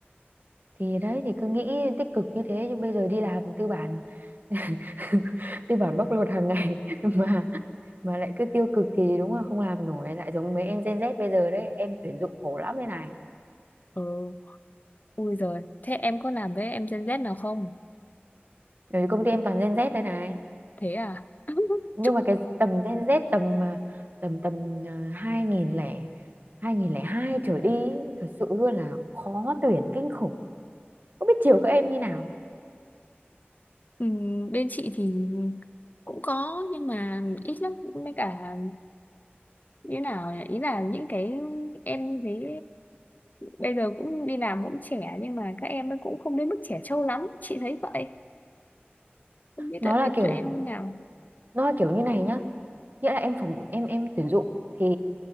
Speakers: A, on the right (about 50°); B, on the left (about 45°).
A: thì đấy thì cứ nghĩ tích cực như thế chứ bây giờ đi làm tư bản <laughs> tư bản bóc lột hàng ngày <laughs> mà mà lại cứ tiêu cực thì đúng là không làm nổi lại giống mấy em Gen Z bây giờ đấy em tuyển dụng khổ lắm đây này
B: ừ ui rồi thế em có làm với em Gen Z nào không
A: ở công ty em toàn Gen Z đây này
B: thế à <laughs>
A: nhưng
B: chúc
A: mà cái tầm Gen Z tầm à, tầm tầm à, hai nghìn lẻ hai nghìn lẻ hai trở đi ý, thật sự luôn là khó tuyển kinh khủng không biết chiều các em như nào
B: Ừm, bên chị thì cũng có nhưng mà ít lắm với cả như nào nhỉ? ý là những cái em như thế bây giờ cũng đi làm cũng trẻ nhưng mà các em ấy cũng không đến mức trẻ trâu lắm chị thấy vậy không biết
A: nó
B: tại
A: là
B: biết
A: kiểu
B: cho em như nào
A: nó là kiểu như này nhá nghĩa là em phỏng em em tuyển dụng thì